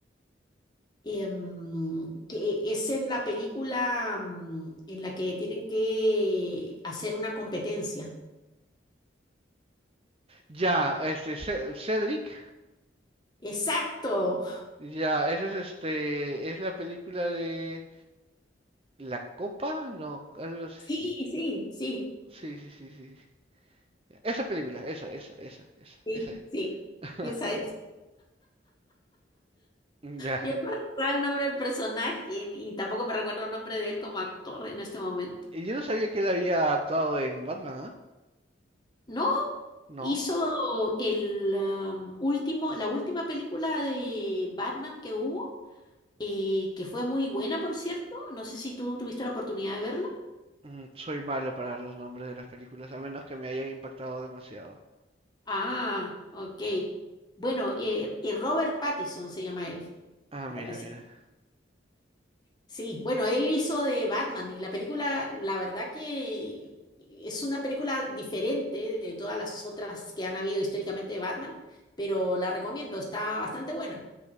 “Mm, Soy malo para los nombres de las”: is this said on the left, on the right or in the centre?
Right